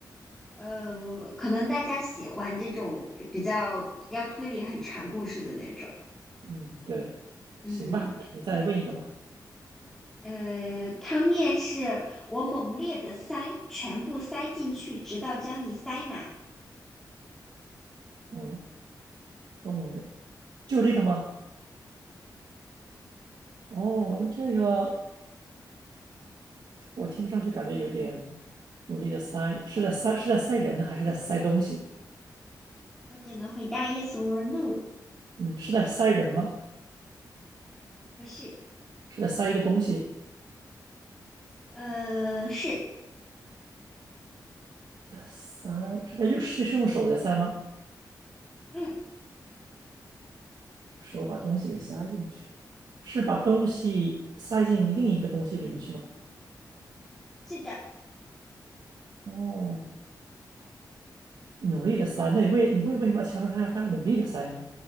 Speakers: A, in the centre; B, on the right.
A: 呃，可能大家喜欢这种比较要推理很长故事的那种。
B: 嗯，对，
A: 嗯，
B: 行吧，那你再问一个吧。
A: 呃，汤面是我猛烈的塞，全部塞进去，直到将你塞满。
B: 嗯。欧盟的，就这个吗？哦，那这个我听上去感觉有点努力的塞，是在塞是在塞人呢，还是在塞东西？
A: 我只能回答 yes or no，
B: 嗯，是在塞人吗？
A: 不是，
B: 是在塞一个东西？
A: 呃，是，
B: 在塞是在用是是用手在塞吗？
A: 嗯，
B: 手把东西给塞进去，是把东西塞进另一个东西里面去吗？
A: 是的，
B: 哦，努力的塞，那你为你为为什么要强调他要他要努力的塞呢？